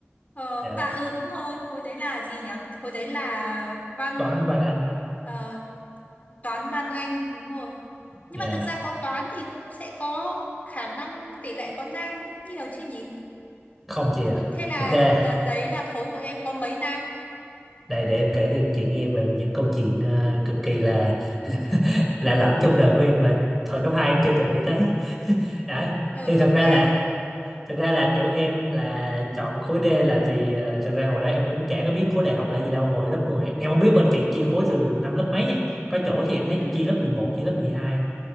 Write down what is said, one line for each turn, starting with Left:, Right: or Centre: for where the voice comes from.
Left: Ờ
Centre: dạ.
Left: à ừ đúng rồi, khối đấy là gì nhỉ? Khối đấy là văn
Centre: toán văn anh
Left: ờ, toán văn Anh đúng rồi. Nhưng
Centre: dạ
Left: mà thực ra có toán thì cũng sẽ có khả năng tỷ lệ có nam cũng nhiều chứ nhỉ?
Centre: không chị à
Left: Thế là
Centre: thực ra
Left: đợt đấy là khối của em có mấy nam?
Centre: đây để em kể cho chị nghe về những câu chuyện ờ,
Left: Ừ.
Centre: cực kỳ là lạ lẫm trong đời của em mà thời cấp 2 em chưa từng nghĩ tới đấy
Left: Ừ
Centre: thì
Left: ok.
Centre: thật ra là thật ra là kiểu em là chọn khối D là thì ờ, thật ra hồi đó em cũng chả có biết khối đại học là gì đâu hồi lớp 10 em không biết bên chị chia khối từ năm lớp mấy nha có chỗ thì em thấy
Left: Ừ.
Centre: chia lớp mười một chia lớp 12